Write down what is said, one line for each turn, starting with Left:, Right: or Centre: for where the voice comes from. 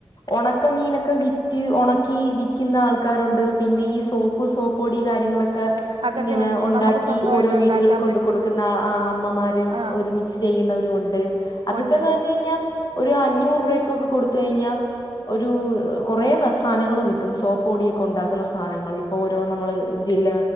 Left: ഒണക്കമീനൊക്കെ വിറ്റ് ഒണക്കി വിക്കുന്ന ആൾക്കാരുണ്ട് പിന്നെ ഈ സോ പ് സോപ്പൊടി കാര്യങ്ങളൊക്കെ
Right: അതൊക്കെ
Left: ഇങ്ങനെ
Right: ഉൺ-
Left: ഒണ്ടാക്കി
Right: നമുക്ക് സ്വന്തമായിട്ട്
Left: ഓരോ വീട്ടുകളിൽ
Right: ഉണ്ടാക്കാൻ
Left: കൊണ്ട്
Right: പറ്റും
Left: കൊടുക്കുന്ന അ അമ്മമാരും
Right: ആ
Left: ഒരുമി ച്ച് ചെയ്യുന്നവരും ഉണ്ട് അതൊക്കെന്ന്
Right: ഉണ്ട്
Left: പറഞ് കഴിഞ്ഞാ ഒരു അഞ്ഞൂറ് രൂവക്കൊക്കെ കൊടുത്ത് കഴിഞ്ഞാ ഒരു കൊറെ <unintelligible> സാനങ്ങൾ കിട്ടും സോപ്പ് പൊടിയൊക്കെ ഉണ്ടാക്കുന്ന സാനങ്ങൾ ഓരോ നമ്മള് ജില്ല